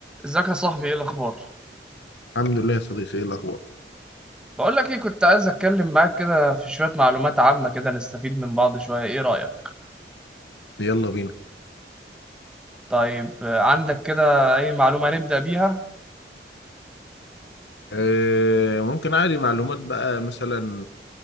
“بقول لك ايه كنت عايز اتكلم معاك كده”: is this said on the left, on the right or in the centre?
Centre